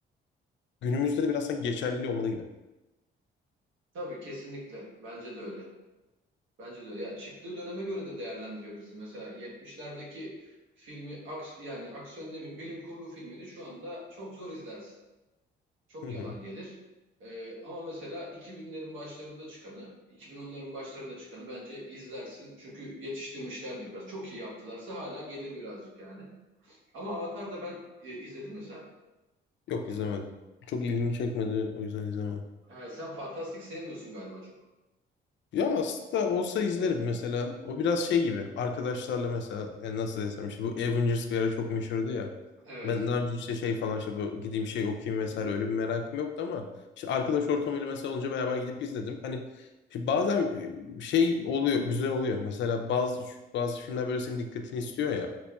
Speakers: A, on the left; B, on the right.
A: günümüzde de biraz sanki geçerliliği olmalı gibi.
B: Tabii kesinlikle. Bence de öyle. Bence de ya çıktığı döneme göre de değerlendirebilirsin. Mesela 70'lerdeki filmi aks yani aksiyon ne bileyim bilim kurgu filmini şu anda çok zor izlersin. Çok
A: Hı hı.
B: yalan gelir. Ee, ama mesela 2000'lerin başlarında çıkanı, 2010'ların başlarında çıkanı bence izlersin. Çünkü yetiştirmişlerdir biraz. Çok iyi yaptılarsa hala gelir birazcık yani. Ama Avatar'da ben e, izledin mi sen Avatar'ı?
A: Yok izlemedim. Çok ilgimi çekmedi o yüzden izlemedim.
B: Ee, sen fantastik sevmiyorsun galiba çok.
A: Ya aslında olsa izlerim mesela. O biraz şey gibi. Arkadaşlarla mesela e, nasıl desem işte bu Avengers bir ara çok meşhurdu ya.
B: Evet.
A: Ben daha önce işte şey falan işte bu gideyim şey okuyayım vesaire öyle bir merakım yoktu ama işte arkadaş ortamıyla mesela olunca beraber gidip izledim. Hani işte bazen e, şey oluyor güzel oluyor. Mesela bazı bazı filmler böyle senin dikkatini istiyor ya.